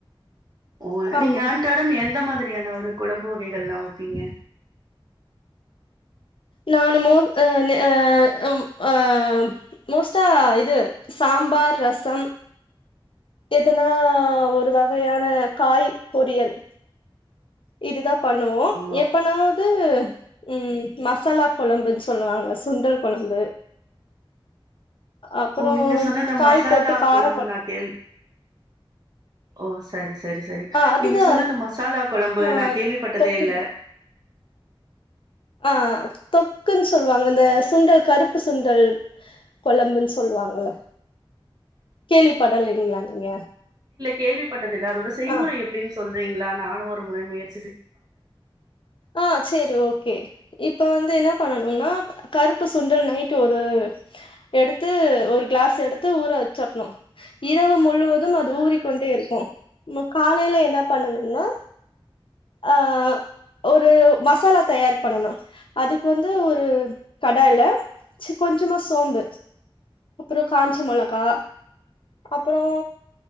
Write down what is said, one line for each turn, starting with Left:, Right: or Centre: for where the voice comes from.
Right: ஓ
Left: ஆமா
Right: நீங்க அன் எந்த மாதிரியான ஒரு கொழம்பு வகைகள்ல்லா வெப்பீங்க
Left: நானு மோ ஆஹ் ன் ஆஹ் அம் ஆஹ் மோஸ்ட்டா இது சாம்பார் ரசம் எதுனா ஒரு வகையான காய் பொரியல் இது தா பண்ணுவோ
Right: ஓ
Left: எப்பனாவ்து <unintelligible> ம் மசாலா கொழம்புன் சொல்லுவாங்க சுண்டல் கொழம்பு அப்புறோ
Right: ஓ நீங்க சொன்ன அந்த
Left: காய்
Right: மசாலா
Left: போட்டு கார
Right: கொழம்பு நா கேள் ஓ சரி சரி சரி
Left: ஆ அதுதா
Right: நீங்க சொன்ன அந்த மசாலா கொழம்பு
Left: ஆ
Right: நா கேள்விப்பட்டதே
Left: தொக்கு
Right: இல்ல
Left: ஆஹ் தொக்குன்னு சொல்வாங்க இந்த சுண்டல் கருப்பு சுண்டல் கொழம்புன்னு சொல்லுவாங்கல்ல கேள்விப்படலீங்களா நீங்க
Right: கேள்விப்பட் தில்ல அதோட செய்முறை
Left: ஆ
Right: எப்படீன்னு சொல்றீங்களா நானும் ஒரு முறை முயற்ச்
Left: ஆஹ் சேரி ஓகே இப்ப வந்து என்ன பண்ணனும்னா கருப்பு சுண்டல் நைட்டு ஒரு எடுத்து ஒரு கிளாஸ் எடுத்து ஊற வச்சிரணும் இரவு முழுவதும் அது ஊறிக் கொண்டே இருக்கும் நம்ம காலையில என்ன பண்ணனும்னா ஆஹ் ஒரு மசாலா தயார் பண்ணணும் அதுக்கு வந்து ஒரு கடாயில ச்சு கொஞ்சமா சோம்பு அப்புறம் காஞ்ச மொளகா அப்புறம்